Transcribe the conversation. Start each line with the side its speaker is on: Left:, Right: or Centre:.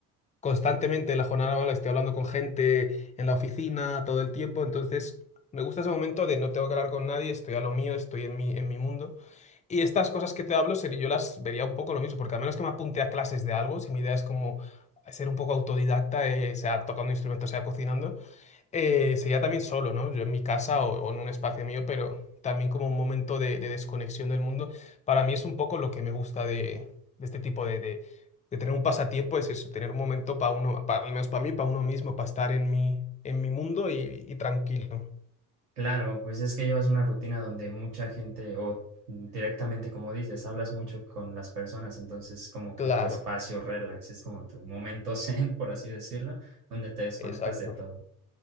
Left: constantemente en la jornada laboral estoy hablando con gente en la oficina todo el tiempo, entonces me gusta ese momento de no tengo que hablar con nadie, estoy a lo mío, estoy en mi, en mi mundo. Y estas cosas que te hablo, sería, yo las vería un poco lo mismo, porque a menos que me apunte a clases de algo, si mi idea es como ser un poco autodidacta, eh, sea tocando instrumentos, sea cocinando, eh, sería también solo, ¿no? Yo en mi casa o, o en un espacio mío, pero también como un momento de, de desconexión del mundo. Para mí es un poco lo que me gusta de, de este tipo de, de, de tener un pasatiempo, es eso, tener un momento para uno, pa- al menos para mí, para uno mismo, para estar en mi, en mi mundo y, y tranquilo.
Right: Claro, pues es que llevas una rutina donde mucha gente o directamente, como dices, hablas mucho con las personas, entonces como
Left: Claro,
Right: que tu espacio relax es como tu momento <laughs> zen, por así decirlo, donde te desconectas
Left: exacto,
Right: de todo.